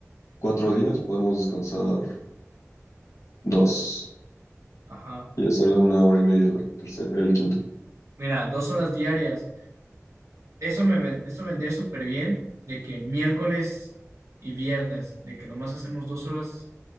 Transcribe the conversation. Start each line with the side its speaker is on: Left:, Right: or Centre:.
Left: cuatro días, podemos descansar dos.
Right: Ajá.
Left: Y ya salió una hora y media el tercer, el quinto.
Right: Mira, dos horas diarias. Eso me ven- eso vendría súper bien de que miércoles y viernes, de que nomás hacemos dos horas